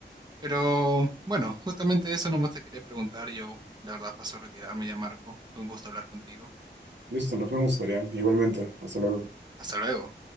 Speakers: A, on the right (about 20°); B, on the right (about 70°).
A: Pero bueno, justamente eso nomás te quería preguntar. Yo, la verdad, paso a retirarme ya, Marco. Fue un gusto hablar contigo.
B: Listo, nos vemos, Adrián. Igualmente, hasta luego.
A: Hasta luego.